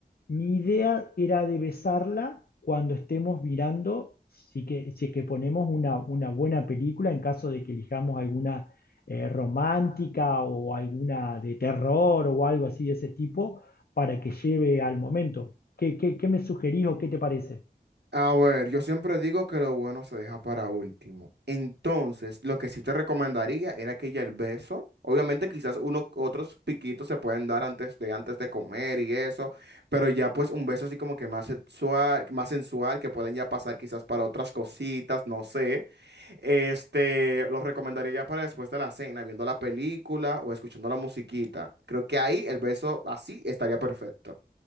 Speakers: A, on the left; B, on the right.
A: mi idea era de besarla cuando estemos mirando, si que, si es que ponemos una, una buena película, en caso de que elijamos alguna eh, romántica o alguna de terror o algo así de ese tipo, para que lleve al momento. ¿Qué, qué, qué me sugerís o qué te parece?
B: A ver, yo siempre digo que lo bueno se deja para último. Entonces, lo que sí te recomendaría era que ya el beso, obviamente quizás uno, otros piquitos se pueden dar antes de, antes de comer y eso, pero ya pues un beso así como que más sexual, más sensual, que pueden ya pasar quizás para otras cositas, no sé. Este, lo recomendaría ya para después de la cena, viendo la película o escuchando la musiquita. Creo que ahí el beso así estaría perfecto.